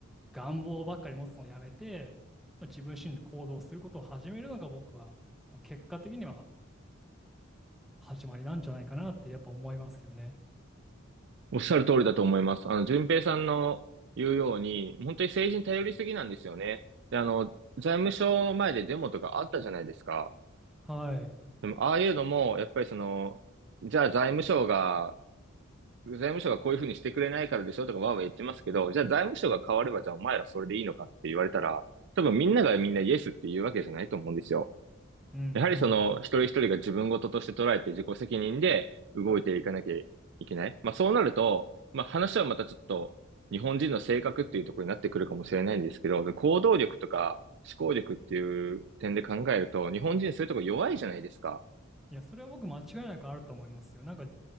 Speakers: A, in the centre; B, on the right.
A: 願望ばっかり持つのをやめて、まあ、自分自身で行動することを始めるのが僕は、まあ、結果的には始まりなんじゃないかなってやっぱ思いますよね。
B: おっしゃる通りだと思います。あの、順平さんの言うように、本当に政治に頼りすぎなんですよね。で、あの、財務省前でデモとかあったじゃないですか。
A: はい。
B: でも、ああいうのも、やっぱりその、じゃあ財務省が、財務省がこういうふうにしてくれないからでしょとかわーわー言ってますけど、じゃあ財務省が変われば、じゃあお前らそれでいいのかって言われたら、多分みんながみんなイエスって言うわけじゃないと思うんですよ。
A: うんう
B: やはりその一人一人が自分事として捉えて自己責任で動いていかなきゃいけない。
A: ん
B: まあそうなると、まあ話はまたちょっと日本人の性格っていうところになってくるかもしれないんですけど、で行動力とか思考力っていう点で考えると、日本人そういうところ弱いじゃないですか。
A: いや、それは僕間違いなくあると思いますよ。なんか